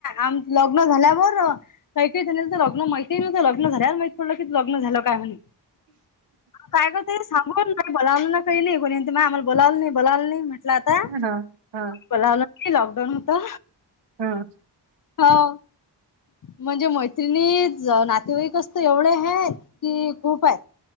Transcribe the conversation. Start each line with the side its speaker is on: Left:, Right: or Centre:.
Left: आम लग्न झाल्यावरर. काही कारी झाल्यालं तर लग्न माहिती आहे नाही तर लग्न झाल्या माहित पडलं की लग्न झालं काय म्हण काय करते सांगून बोलावलं ना कहीली कोणींत म आम्हाला बोलावलं नाही बोलावलं नाही म्हटलं आता
Right: हा हा
Left: बोलावलं लॉकडाऊन होता
Right: हा
Left: हो म्हणजे मैत्रिणी नातेवाईकचत एवढे आहेत कि खूप आहेत